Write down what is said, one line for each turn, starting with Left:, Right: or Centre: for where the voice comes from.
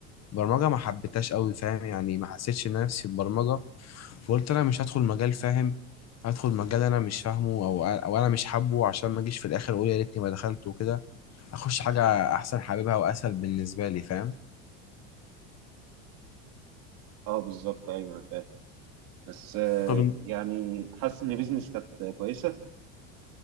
Left: برمجه ما حبيتهاش قوي فاهم يعني ما حسيتش نفسي في البرمجه وقلت انا مش هدخل مجال فاهم هدخل مجال انا مش فاهمه او او انا مش حابه عشان ما اجيش في الاخر اقول يا ريتني ما دخلت وكده اخش حاجه احسن حاببها واسهل بالنسبه لي فاهم
Right: أه بالظبط أيوه أنا فاهم بس آه،
Left: طب انت
Right: يعني حاسس إن بيزنس كانت كويسة